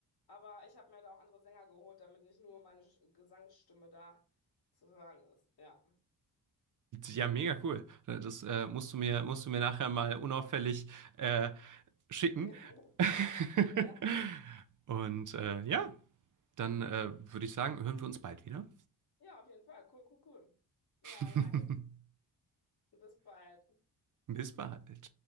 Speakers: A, on the left (about 65°); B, on the right (about 50°).
A: aber ich habe mir da auch andere Sänger geholt, damit nicht nur meine Sch- Gesangsstimme da zu hören ist. Ja.
B: Ja, mega cool. Äh, Das äh, musst du mir, musst du mir nachher mal unauffällig äh, schicken.
A: <laughs>
B: <laughs>
A: Ja.
B: Und äh, ja, dann äh, würde ich sagen, hören wir uns bald wieder.
A: Ja, auf jeden Fall. Cool, cool, cool. Ja,
B: <laughs>
A: nice. Bis bald.
B: Bis bald.